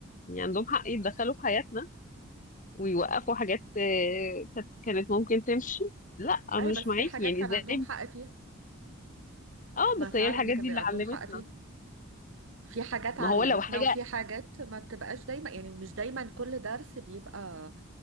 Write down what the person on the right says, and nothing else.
أي
بس
في حاجات
كان
عندهم حق فيها
ما
فعلا
كان
بيبقى
عندهم حق فيها في حاجات
علمتنا
وفي حاجات ما بتبقاش دايما يعني مش دايما كل درس بيبقى